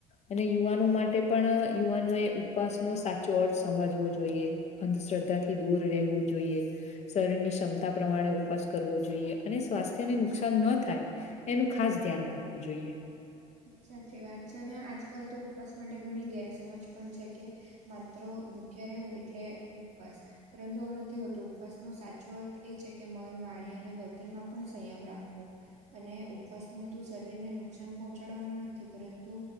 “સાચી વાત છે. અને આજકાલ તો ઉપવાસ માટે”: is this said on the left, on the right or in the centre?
Right